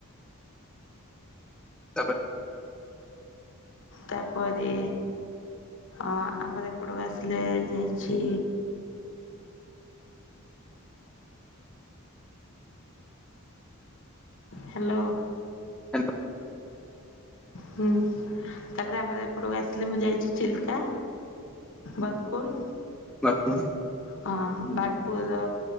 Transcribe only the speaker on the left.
ତାପରେ ଆ ଆମର ଏପଟକୁ ଆସିଲେ, ଯାଇଛି ହ୍ୟାଲୋ।
ହୁଁ ତାପରେ ଆମର ଏପଟକୁ ଆସିଲି ମୁଁ ଯାଇଛି ଚିଲକା। ବର୍କୁଲ।
ହଁ, ବାନପୁର